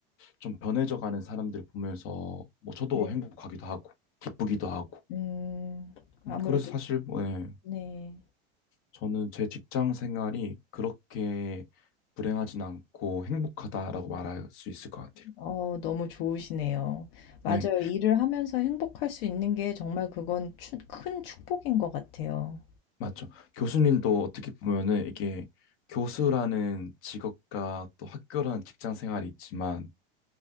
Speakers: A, on the left; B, on the left.
A: 좀 변해져 가는 사람들 보면서 뭐 저도
B: 네.
A: 행복하기도 하고 기쁘기도 하고
B: 음. 아무래도
A: 음, 그래서 사실 뭐 예,
B: 네.
A: 저는 제 직장 생활이 그렇게 불행하진 않고 행복하다라고 말할 수 있을 것 같아요.
B: 어 너무 좋으시네요. 맞아요.
A: 네,
B: 일을 하면서 행복할 수 있는 게 정말 그건 추 큰 축복인 것 같아요.
A: 맞죠. 교수님도 어떻게 보면은 이게 교수라는 직업과 또 학교라는 직장 생활이 있지만